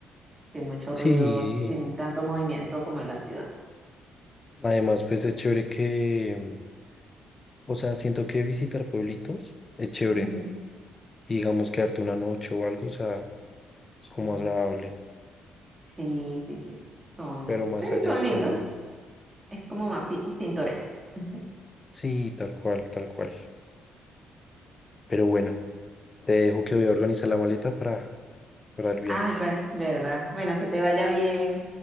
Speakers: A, on the right (about 20°); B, on the left (about 30°).
A: sin mucho
B: Sí,
A: ruido, sin tanto movimiento como en la ciudad.
B: además, pues es chévere que, mm, o sea, siento que visitar pueblitos es chévere.
A: Ujú.
B: Y digamos, quedarte una noche o algo, o sea es como agradable,
A: Sí, sí, sí. Son,
B: pero más
A: sí,
B: allá
A: son
B: es
A: lindos.
B: como,
A: Es como más pi- pintoresco. <laughs>
B: sí, tal cual, tal cual. Pero bueno, te dejo que voy a organizar la maleta para, para el viaje.
A: Ay, pues, verdad. Bueno, que te vaya bien.